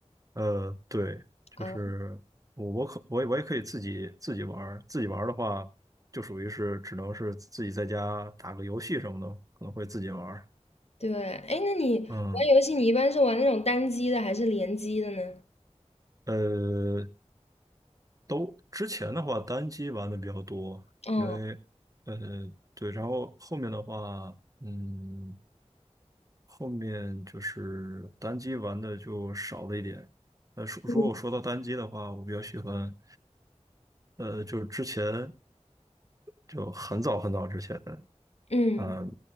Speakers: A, on the right; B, on the left.
A: 呃，对，
B: 啊，
A: 就是我我可我也我也可以自己自己玩儿自己玩儿的话，就属于是只能是自己在家打个游戏什么的，可能会自己玩儿
B: 对，哎，那你玩游戏你一般是玩那种单机的还是联机的呢？
A: 嗯，呃，都之前的话单机玩的比较多，
B: 嗯
A: 因为呃对，然后后面的话，嗯，后面就是单机玩的就少了一点。呃，说如果说到单机的话，
B: 嗯，
A: 我比较喜欢，呃，就是之前。就很早很早之前，
B: 嗯，
A: 嗯，